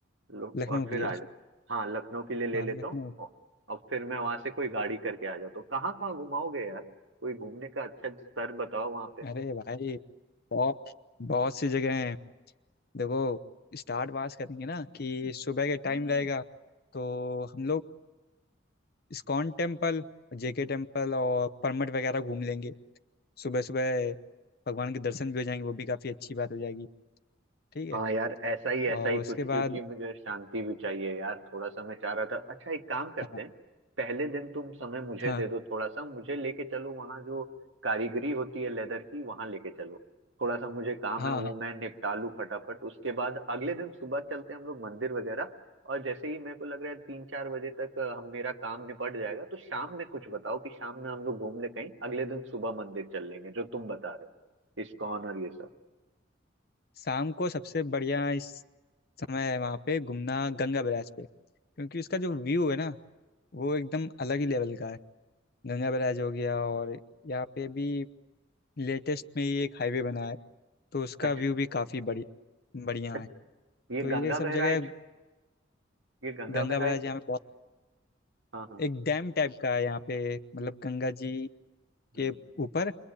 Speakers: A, on the right (about 80°); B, on the left (about 55°).
A: लो
B: लखनऊ
A: और
B: के
A: फिर
B: लिए
A: आ
B: लखनऊ
A: जाओ हाँ लखनऊ के लिए ले
B: हाँ
A: लेता
B: लखनऊ
A: हूँ औ- और फिर मैं वहां से कोई गाड़ी करके आ जाता हूँ कहाँ कहाँ घुमाओगे यार कोई घूमने का अच्छा स्तर बताओ वहां पे
B: अरे भाई बहुत बहुत सी जगह हैं देखो स्टार्ट वहाँ से करेंगे ना कि सुबह के टाइम रहेगा तो हम लोग इस्कॉन टेम्पल जेके टेम्पल और परमट वगैरह घूम लेंगे सुबह सुबह भगवान के दर्शन भी हो जाएंगे वो भी काफ़ी अच्छी बात हो जाएगी ठीक
A: हाँ
B: है
A: यार ऐसा ही ऐसा
B: और
A: ही कुछ
B: उसके
A: क्योंकि
B: बाद
A: मुझे शांति भी चाहिए यार थोड़ा सा मैं चाह रहा था अच्छा एक काम करते
B: हाँ
A: हैं पहले दिन तुम समय मुझे
B: हाँ
A: दे दो थोड़ा सा मुझे लेके चलो वहाँ जो कारीगरी होती है लेदर की वहाँ लेके चलो थोड़ा सा मुझे काम
B: हाँ
A: है वो मैं निपटा लूँ फटाफट उसके बाद अगले दिन सुबह चलते हैं हम लोग मंदिर वगैरह और जैसे ही मेरे को लग रहा है तीन चार बजे तक अ, हम मेरा काम निपट जाएगा तो शाम में कुछ बताओ कि शाम में हम लोग घूम ले कहीं अगले दिन सुबह मंदिर चल लेंगे जो तुम बता रहे हो इस्कॉन और ये सब
B: शाम को सबसे बढ़िया इस समय है वहाँ पे घूमना गंगा बैराज पे क्योंकि उसका जो व्यू है ना वो एकदम अलग ही लेवल का है गंगा बैराज हो गया और यहाँ पे भी लेटेस्ट में ही एक हाईवे बना है तो उसका
A: अच्छा
B: व्यू भी काफ़ी बढ़िया बढ़िया
A: अच्छा,
B: है
A: ये
B: तो ये
A: गंगा
B: सब
A: बहराइच
B: जगह
A: ये गंगा
B: गंगा
A: बहराई
B: बैराज यहाँ पे बहुत
A: हाँ हाँ
B: एक डैम टाइप का है यहाँ पे मतलब गंगा जी
A: हम्म
B: के ऊपर